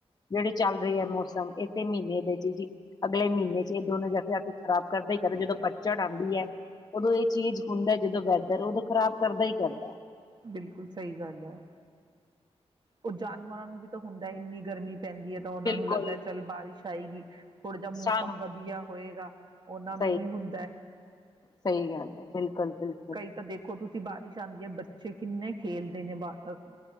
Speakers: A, on the left; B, on the right.
A: ਜਿਹੜੇ ਚੱਲ ਰਹੇ ਹੈ। ਮੌਸਮ ਇਸੇ ਮਹੀਨੇ ਦੇ ਚ ਜੀ ਅਗਲੇ ਮਹੀਨੇ ਚ ਇਹ ਦੋਨੋ ਜਾ ਜਾ ਕੇ ਖਰਾਬ ਕਰਦਾ ਹੀ ਕਰਦਾ ਜਦੋਂ ਪੱਤ ਝੜ ਆਉਂਦੀ ਹੈ। ਉਦੋਂ ਇਹ ਚੀਜ਼ ਹੁੰਦਾ ਜਦੋਂ ਵੈਦਰ ਉਦੋਂ ਖ਼ਰਾਬ ਕਰਦਾ ਹੀ ਕਰਦਾ ਐ।
B: ਬਿਲਕੁਲ ਸਹੀ ਗੱਲ ਹੈ ਉਹ ਜਾਨਵਰਾਂ ਨੂੰ ਵੀ ਤਾਂ ਹੁੰਦਾ ਇੰਨੀ ਗਰਮੀ ਪੈਂਦੀ ਐ ਤਾਂ ਉਹਨਾਂ
A: ਬਿਲਕੁਲ
B: ਨੂੰ ਲੱਗਦਾ ਐ ਚੱਲ ਬਾਰਿਸ਼ ਆਏਗੀ। ਥੋੜ੍ਹਾ ਜਿਹਾ ਮੌਸਮ
A: ਸਾਨ
B: ਵਧੀਆ ਹੋਏਗਾ, ਉਹਨਾਂ ਨੂੰ
A: ਸਹੀ
B: ਵੀ ਹੁੰਦਾ ਐ।
A: ਸਹੀ ਗੱਲ ਹੈ ਬਿਲਕੁਲ ਬਿਲਕੁਲ
B: ਕਈ ਤਾਂ ਦੇਖੋ ਤੁਸੀਂ ਬਾਰਿਸ਼ ਆਉਂਦੀ ਐ। ਬੱਚੇ ਕਿੰਨੇ ਖੇਲਦੇ ਨੇ ਬਾਹਰ